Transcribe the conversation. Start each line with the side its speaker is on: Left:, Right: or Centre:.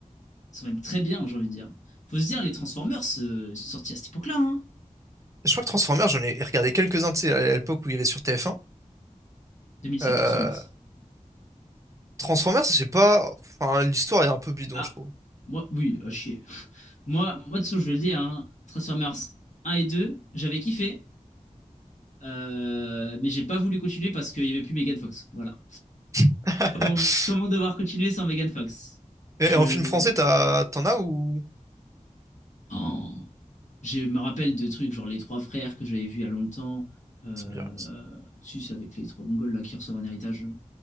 Left: Ils sont même très bien, j'ai envie de dire. Faut se dire, les Transformers, euh, ils sont sortis à cette époque-là, hein.
Right: Je crois que Transformers, j'en ai regardé quelques-uns, tu sais, à l'époque où il y avait sur TF1.
Left: 2007,
Right: Euh,
Left: Transformers.
Right: Transformers, c'est pas... Enfin, l'histoire est un peu bidon,
Left: Bah,
Right: je trouve.
Left: moi, oui, à chier. Moi, moi, dessous, je vais le dire, hein, Transformers 1 et 2, j'avais kiffé, euh, mais j'ai pas voulu continuer parce qu'il y avait plus Megan Fox. Voilà.
Right: <laughs>
Left: Comment, comment devoir continuer sans Megan Fox?
Right: Et,
Left: Je.
Right: en film français, t'as- t'en as ou...
Left: Oh. Je me rappelle de trucs genre les trois frères que j'avais vus il y a longtemps. Euh,
Right: Ça me dit rien.
Left: si, c'est avec les trois Mongols là qui reçoivent un héritage.